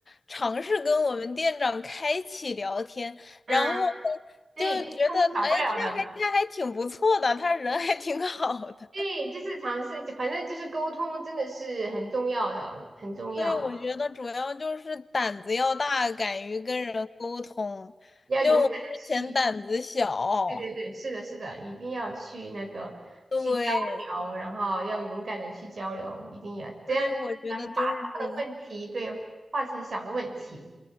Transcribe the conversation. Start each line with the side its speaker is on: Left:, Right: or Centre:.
Left: 尝试跟我们店长开启聊天，
Right: 嗯，
Left: 然后呢就觉得，
Right: 对，沟通少不了的，
Left: 哎，他还他还挺不错的，他人还挺好的。
Right: 对，就是尝试，反正就是沟通真的是很重要的，很重要，
Left: 所以我觉得主要就是胆子要大，敢于跟人沟通。
Right: 要勇敢的去，
Left: 就我之前胆子小，
Right: 对对对，是的，是的，一定要去那个去交流，
Left: 对。
Right: 然后要勇敢的去交流，一定要这样，
Left: 对，我觉得就是这个。
Right: 才能把大的问题对化成小的问题。